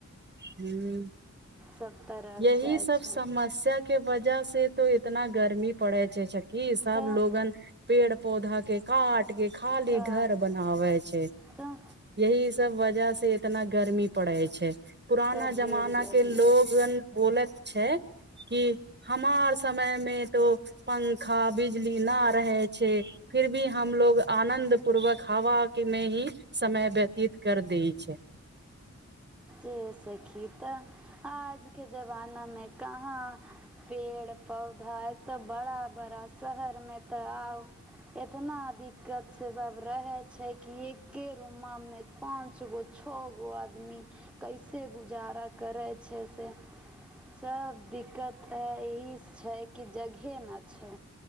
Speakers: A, on the right; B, in the centre.
A: ह
B: सब तरस
A: यही
B: जाय
A: सब
B: छै
A: समस्या के वजह से त इतना गर्मी पड़े छै कि सब
B: तऽ
A: लोगन पेट पौधाके काट के खाली
B: काट
A: घर बनाबै छै
B: तऽ
A: यही सब वजह से से इतना गर्मी पड़ै छै पुराना
B: तऽ
A: जमाना
B: ढेर गर्मी
A: के लोगन बोलत छै कि हमार समय मे तो पंखा बिजली न रहै छै फिर भी हमलोग आनंन्द पूर्वक हवा के में ही समय व्यत चित कर दै छै
B: ए सखीता आज के जमाना में कहाँ पेड़ पौधा एक तऽ बड़ा बड़ा शहर मे तऽ आउ ए इतना दिक्कत से सब रहे छै कि एके रूमा मे पांच गो छओ गो आदमी कैसे गुजारा करै छै से सब दिक्कत त इ छै कि जगहे ने छै